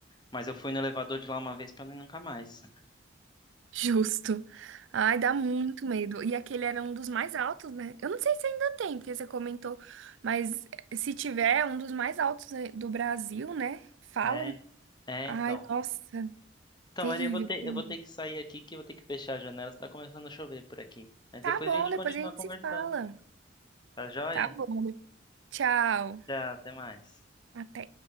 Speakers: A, on the left; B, on the right.
A: Mas eu fui no elevador de lá uma vez pra não ir nunca mais.
B: Justo. Ai, dá muito medo. E aquele era um dos mais altos, né? Eu não sei se ainda tem, porque você comentou, mas eh, se tiver, é um dos mais altos né, do Brasil, né? Falam.
A: É, é, é,
B: Ai,
A: então.
B: nossa,
A: Então,
B: terrível.
A: Maria, eu vou ter,
B: terrível.
A: eu vou ter que sair aqui que eu vou ter que fechar a janela, está começando a chover por aqui. Mas
B: Tá
A: depois
B: bom,
A: a gente
B: depois
A: continua
B: a gente
A: conversando.
B: se fala.
A: Tá joia?
B: Tá bom, tchau.
A: Tchau, até mais.
B: Até.